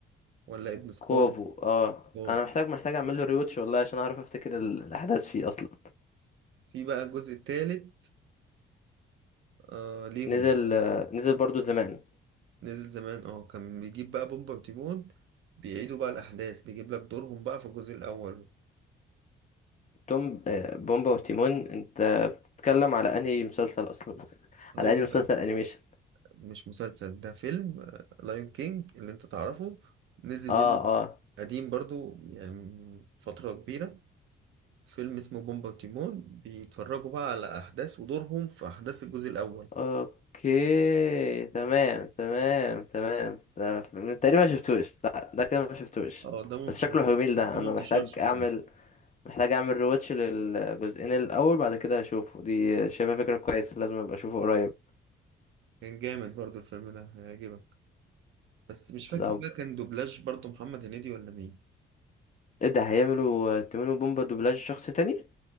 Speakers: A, on the right; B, on the left.
A: ولا ابن سكار
B: كوفو اه
A: سكار.
B: انا محتاج محتاج اعمل له ريوتش والله عشان اعرف افتكر ال- الاحداث فيه اصلا
A: في بقى الجزء التالت آه ليهم
B: نزل آه، نزل برضو زمان
A: نزل زمان اه كان بيجيب بقى بومبا وتيمون بيعيدوا بقى الأحداث بيجيب لك دورهم بقى في الجزء الأول
B: توم آه، بومبا وتيمون انت بتتكلم على انهي مسلسل اصلا <laughs>
A: هو
B: على انهي مسلسل انيميشن
A: مش مسلسل ده فيلم لايون كينج اللي انت تعرفه نزل
B: اه
A: منه
B: اه
A: قديم برضو يعني من فترة كبيرة فيلم اسمه بومبا وتيمون بيتفرجوا بقى على أحداث ودورهم في أحداث الجزء الأول
B: اوكي تمام تمام تمام ده ف- تقريبا ما شفتوش لا ده كده ما شفتوش
A: اه ده ممكن
B: بس شكله
A: يبقى-
B: جميل ده
A: ده ما
B: انا
A: انتشرش
B: محتاج
A: فعلا
B: اعمل محتاج اعمل ريواتش للجزئين الاول بعد كده اشوفه دي شايفها فكرة كويسة لازم ابقى اشوفه قريب
A: كان جامد برضو الفيلم ده هيعجبك بس مش فاكر
B: ده
A: بقى كان دوبلاج برضو محمد هنيدي ولا مين
B: ايه ده هيعملوا آه، تيمون وبومبا دوبلاج شخص تاني